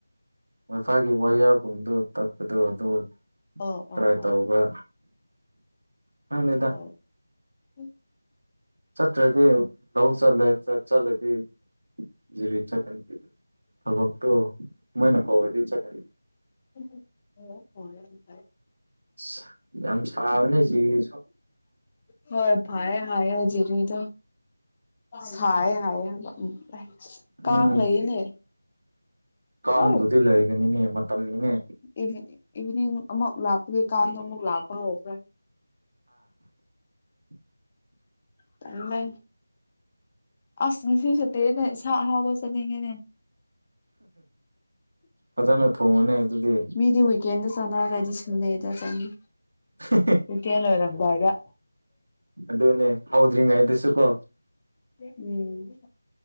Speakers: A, on the right; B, on the left.
A: ꯋꯥꯏꯐꯥꯏꯒꯤ ꯋꯥꯌꯔꯒꯨꯝꯕꯗꯨ ꯇꯠꯄꯗꯨ ꯑꯗꯨ
B: ꯑꯣ
A: ꯇ꯭ꯔꯥꯏ
B: ꯑꯣ ꯑꯣ
A: ꯇꯧꯕ ꯈꯪꯗꯦꯗ
B: <unintelligible>
A: ꯆꯠꯇ꯭ꯔꯗꯤ ꯂꯧ ꯆꯠꯂꯦ ꯆꯠ ꯆꯠꯂꯗꯤ ꯖꯤꯔꯤ ꯆꯠꯀꯅꯤ ꯊꯕꯛꯇꯣ ꯃꯣꯏꯅ ꯀꯧꯔꯗꯤ ꯆꯠꯀꯅꯤ
B: ꯑꯣ <unintelligible>
A: ꯑꯁ ꯌꯥꯝ ꯁꯥꯕꯅꯦ ꯖꯤꯔꯤꯁꯨ
B: ꯍꯣꯏ ꯐꯩꯌꯦ ꯍꯥꯏꯌꯦ ꯖꯤꯔꯤꯗꯣ ꯁꯥꯏ ꯍꯥꯏꯌꯦ ꯍꯥꯏꯕ ꯎꯝ
A: ꯎꯝ
B: ꯀꯥꯡ ꯂꯩꯌꯦꯅꯦ
A: ꯀꯥꯡꯕꯨꯗꯤ
B: ꯑꯧ
A: ꯂꯩꯒꯅꯤꯅꯦ ꯃꯇꯝꯅꯤꯅꯦ
B: ꯏꯚꯤꯅꯤꯡ ꯏꯚꯤꯅꯤꯡ ꯑꯃꯨꯛ ꯂꯥꯛꯄꯒꯤ ꯀꯥꯡ ꯑꯃꯨꯛ ꯂꯥꯛꯄ ꯍꯧꯈ꯭ꯔꯦ
A: <inaudible>
B: ꯇꯜꯂꯦ ꯑꯁ ꯉꯁꯤ ꯁꯨꯇꯤꯅꯦ ꯏꯟꯁꯥꯡ ꯑꯍꯥꯎꯕ ꯆꯥꯅꯤꯡꯉꯦꯅꯦ
A: ꯐꯖꯅ ꯊꯣꯡꯉꯣꯅꯦ ꯑꯗꯨꯗꯤ
B: ꯑꯩꯗꯤ ꯋꯤꯀꯦꯟꯗ ꯆꯥꯅꯔꯗꯤ ꯁꯟꯗꯦꯗ ꯆꯥꯅꯤ
A: <unintelligible>
B: ꯇꯨꯌꯦꯜꯐ ꯂꯣꯏꯔꯝꯗꯥꯏꯗ
A: ꯑꯗꯨꯅꯦ ꯍꯧꯗ꯭ꯔꯤꯉꯩꯗꯁꯨꯀꯣ
B: ꯎꯝ